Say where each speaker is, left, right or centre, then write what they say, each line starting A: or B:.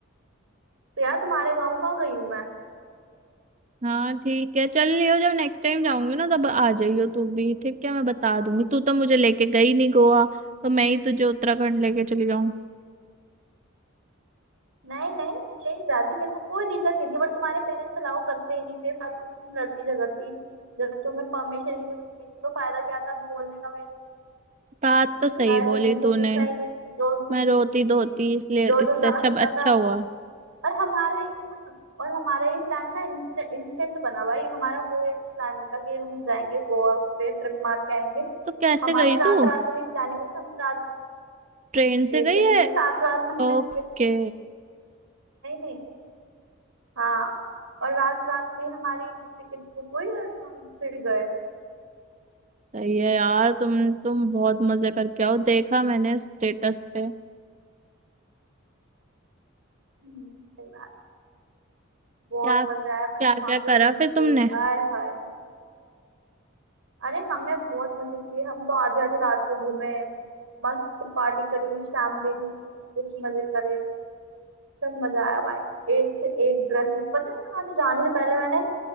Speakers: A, on the right (about 80°); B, on the right (about 35°).
A: तो यार तुम्हारे गाँव कहाँ गई हूँ मैं
B: हाँ ठीक है चल लियो जब नेक्स्ट टाइम जाऊंगी ना तब आ जाइयो तू भी ठीक है मैं बता दूंगी तू तो मुझे लेके गई नहीं गोवा तो मैं ही तुझे उत्तराखंड लेके चली जाऊं
A: नहीं नहीं मैं ले ही जाती मेरे को कोई दिक्कत नहीं थी बट तुम्हारे पेरेंट्स अलाउ करते ही नहीं बेफालतू की तुम लड़ती झगड़ती जब तुम्हें परमिशन ही नहीं मिलने की तो फायदा क्या था बोलने का मेरे
B: बात तो सही
A: तो मैंने
B: बोली
A: फिर तुमसे
B: तूने
A: पूछा ही नहीं जो
B: मैं रोती धोती इसलिए
A: जो
B: इससे
A: जो जा
B: अच्छा
A: सकता
B: अच्छा
A: था
B: हुआ
A: और हमारा ये ना और हमारा ये प्लान ना इंस्टेंट बना भाई हमारा कोई ऐसा प्लान नहीं था कि हम जाएंगे गोवा पे ट्रिप मार के आएंगे
B: तो कैसे
A: हमारी
B: गई
A: रात
B: तू
A: रात में ही प्लानिंग हुई हम रात
B: ट्रेन से
A: एयरप्लेन
B: गई है
A: से रात रात में हमने
B: ओके
A: टिकट नहीं नहीं हाँ और रात रात में ही हमारी टिकट बुक हुई और हम फिर गए
B: सही है यार तुम तुम बहुत मजे करके आओ देखा मैंने स्टेटस पे
A: हम्म, सही बात बहुत
B: क्या क्या
A: मजा आया मतलब
B: क्या
A: वहाँ के
B: करा
A: बीचेस
B: फिर तुमने
A: आय हाय अरे हमने बहुत मजे किए हम तो आधी आधी रात को घूमे मस्त पार्टी करी शैम्पेन पी सब कुछ मजे करे सब मजा आया भाई एक से एक ड्रेसेस पता है मैंने वहां से जाने से पहले मैंने